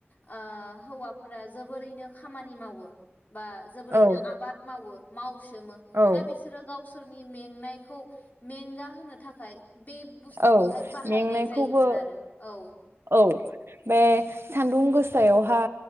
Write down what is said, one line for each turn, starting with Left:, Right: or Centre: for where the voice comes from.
Left: ओ हौवाफोरा जोबोरैनो खामानि मावो। बा जोबोरैनो
Right: औ
Left: आबाद मावो माउ सोमो
Right: औ
Left: दा बिसोरो गाव सोरनि मेंनायखौ मेंगा होनो थाखाय बे बुस्थुखौहाय
Right: औ
Left: बाहायनाय
Right: मेंनायखौबो
Left: जायोमोन आरो औ
Right: औ बे सान्दुं गोसायावहा